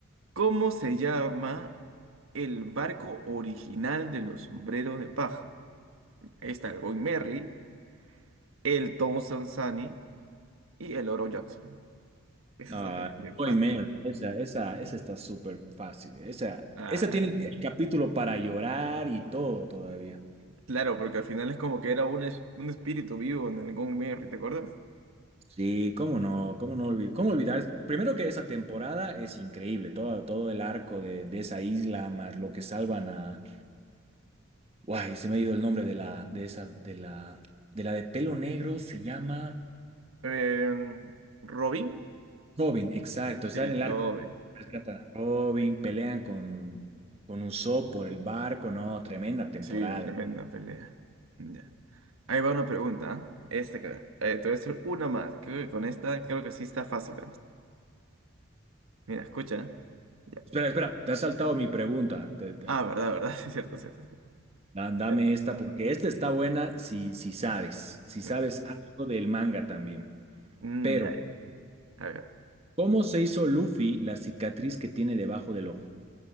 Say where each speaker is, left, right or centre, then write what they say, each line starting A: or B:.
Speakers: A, on the right (about 85°); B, on the right (about 30°).
A: ¿Cómo se llama el barco original de los sombreros de paja? Ahí está el Going Merry, el Tom Sansani y el Oro Jackson. Esa
B: Ah,
A: es la que
B: Boy
A: fácil.
B: Merry, esa, esa, esa está súper fácil. Esa,
A: Ah,
B: esa tiene el capítulo para llorar y todo todavía.
A: claro, porque al final es como que era un, es- un espíritu vivo en el Gone ¿te acuerdas?
B: Sí, cómo no, cómo no olvidar, cómo olvidar. Primero que esa temporada es increíble, todo, todo el arco de, de esa isla, más lo que salvan a. Guay, se me ha ido el nombre de la, de esa, de la, de la de pelo negro, se llama
A: Eh, Robin.
B: Robin, exacto. Está
A: Sí,
B: en el
A: Robin.
B: arco, rescatan a Robin, pelean con, con Usopp por el barco, no, tremenda temporada.
A: Sí, tremenda pelea. Ya. Ahí va una pregunta. ¿eh? Esta, cara. eh, te voy a hacer una más. Creo que con esta, creo que sí está fácil. ¿ah? Mira, escucha. ¿eh? Ya.
B: Espera, espera, te has saltado mi pregunta. te- te-
A: Ah, verdad, verdad. <laughs> Sí, cierto, cierto, cierto.
B: da- dame
A: Ya.
B: esta, porque esta está buena si, si sabes, si
A: Mm,
B: sabes
A: ya.
B: algo del manga también.
A: Mm,
B: Pero,
A: ya, ya. A ver.
B: ¿cómo se hizo Luffy la cicatriz que tiene debajo del ojo?